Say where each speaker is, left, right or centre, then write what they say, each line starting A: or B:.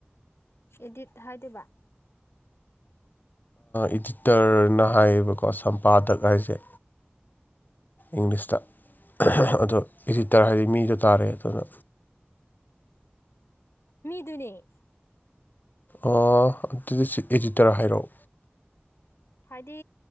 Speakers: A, on the left; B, on the left.
A: ꯏꯗꯤꯠ ꯍꯥꯏꯗꯕ
B: ꯏꯗꯤꯇꯔꯅ ꯍꯥꯏꯌꯦꯕꯀꯣ ꯁꯝꯄꯥꯗꯛ ꯍꯥꯏꯁꯦ ꯏꯪꯂꯤꯁꯇ ꯑꯗꯣ ꯏꯗꯤꯇꯔ ꯍꯥꯏꯗꯤ ꯃꯤꯗꯣ ꯇꯥꯔꯦ ꯑꯗꯨꯅ
A: ꯃꯤꯗꯨꯅꯦ
B: ꯑꯗꯨꯗꯤ ꯑꯦꯗꯤꯇꯔ ꯍꯥꯏꯔꯛꯑꯣ
A: ꯍꯥꯏꯗꯤ